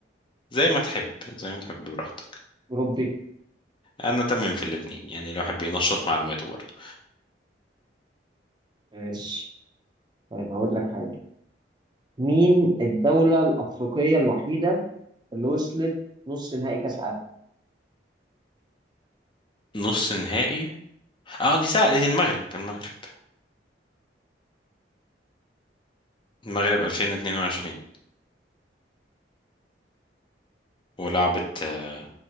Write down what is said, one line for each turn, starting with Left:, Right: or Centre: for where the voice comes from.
Left: زي ما تحب زي ما تحب براحتك
Right: أوروبي؟
Left: انا تمام في الاتنين يعني الواحد بينشط معلوماته برضه
Right: ماشي طيب هقول لك حاجة مين الدولة الأفريقية الوحيدة اللي وصلت نص نهائي كأس عالم
Left: نص نهائي اه دي سهله دي المغرب المغرب المغرب 2022
Right: صح
Left: ولعبت آه،